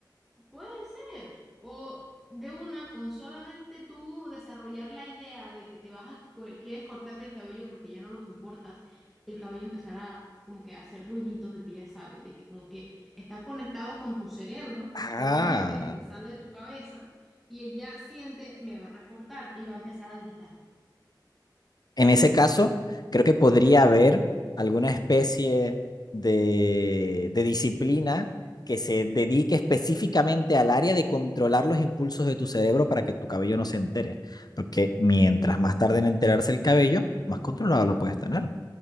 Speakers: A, in the centre; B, on the left.
A: puede ser. O de una, con solamente tú desarrollar la idea de que te vas a, co- quieres cortarte el cabello porque ya no lo soportas, el cabello empezará como que a hacer ruiditos de que ya sabe, de que como que está conectado con tu cerebro,
B: Ah,
A: obviamente porque sale de tu cabeza, y él ya siente, me van a cortar y va a empezar a gritar.
B: en ese caso, creo que podría haber alguna especie de, de disciplina que se dedique específicamente al área de controlar los impulsos de tu cerebro para que tu cabello no se entere. Porque mientras más tarde en enterarse el cabello, más controlado lo puedes tener.